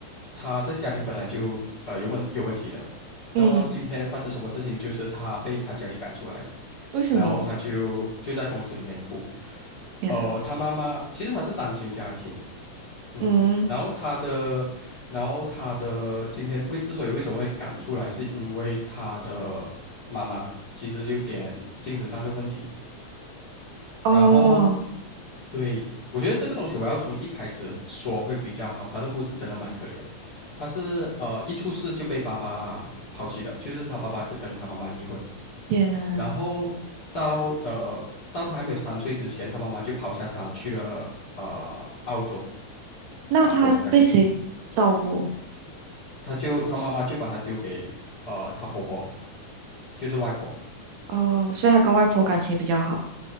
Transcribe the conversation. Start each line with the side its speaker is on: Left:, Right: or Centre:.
Left: 他的家庭本来就呃有问有问题的，那么今天发生什么事情，
Right: 嗯，
Left: 就是他被他家里赶出来了，
Right: 为什么？
Left: 然后他就就在公司里面哭。
Right: 天呐。
Left: 呃，他妈妈其实他是单亲家庭，嗯哼，
Right: 嗯，
Left: 然后他的，然后他的今天为之所以为什么会赶出来，是因为他的妈妈其实有点精神上的问题。
Right: 哦，
Left: 然后，对，我觉得这个东西我要从一开始说会比较好。他的故事真的蛮可怜，他是呃一出世就被爸爸抛弃的，就是他爸爸是跟他妈妈离婚，
Right: 天呐，
Left: 然后到呃到他还没有三岁之前，他妈妈就抛下他去了呃澳洲
Right: 那他被谁照顾？
Left: 打工这样子，他就他妈妈就把他丢给呃他婆婆，就是外婆。
Right: 哦，所以他跟外婆感情比较好。